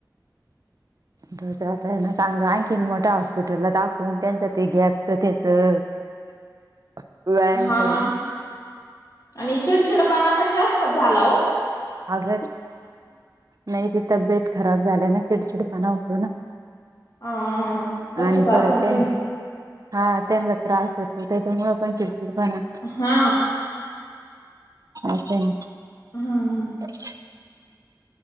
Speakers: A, on the right; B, on the left.
A: द आता ना चांगलं आणखीन मोठ्या हॉस्पिटलला दाखवून त्यांचं ते गॅपच त्याच <inaudible>
B: हा
A: करून
B: ना आणि चिडचिडपणा पण जास्तच झाला ओ
A: अग नाही ते तब्येत खराब झाल्यान चिडचिडपणा होतो ना.
B: अ तसच
A: आणि परत
B: असन
A: ते
B: काही
A: हा त्यांना त्रास होतो, त्यांच्यामुळे पण चिडचिडपणा.
B: हा
A: असेन.
B: हम.
A: <inaudible>